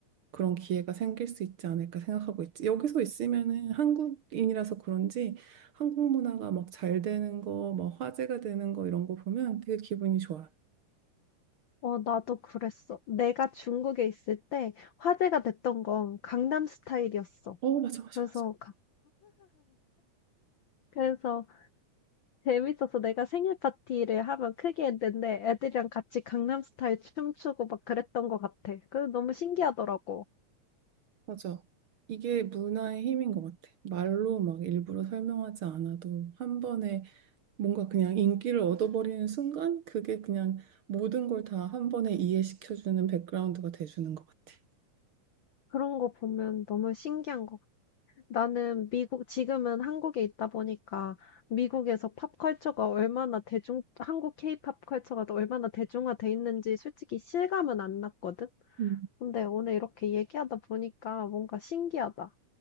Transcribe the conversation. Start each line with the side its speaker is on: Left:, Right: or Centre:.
Right: 그런 기회가 생길 수 있지 않을까 생각하고 있지. 여기서 있으면은 한국인이라서 그런지 한국 문화가 막 잘 되는 거, 막 화제가 되는 거 이런 거 보면 되게 기분이 좋아요.
Left: 어, 나도 그랬어. 내가 중국에 있을 때 화제가 됐던 건 강남 스타일이었어.
Right: 어, 맞아, 맞아,
Left: 그래서,
Right: 맞아.
Left: 가- 그래서 재밌어서 내가 생일 파티를 하면 크게 했는데 애들이랑 같이 강남 스타일 춤추고 막 그랬던 것 같아. 그래서 너무 신기하더라고.
Right: 맞아. 이게 문화의 힘인 것 같아. 말로 막 일부러 설명하지 않아도 한 번에 뭔가 그냥 인기를 얻어버리는 순간 그게 그냥 모든 걸 다 한 번에 이해시켜주는 백그라운드가 돼주는 것 같아.
Left: 그런 거 보면 너무 신기한 거. 나는 미국, 지금은 한국에 있다 보니까 미국에서 팝컬처가 얼마나 대중, 한국 케이팝 컬처가 얼마나 대중화돼 있는지 솔직히 실감은 안 났거든?
Right: 음.
Left: 근데 오늘 이렇게 얘기하다 보니까 뭔가 신기하다.